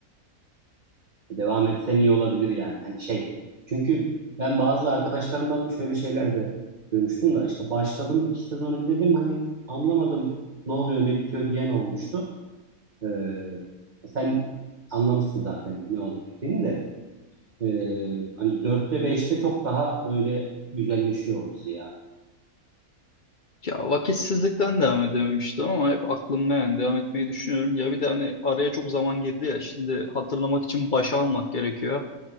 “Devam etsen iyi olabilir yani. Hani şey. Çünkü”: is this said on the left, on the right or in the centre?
Right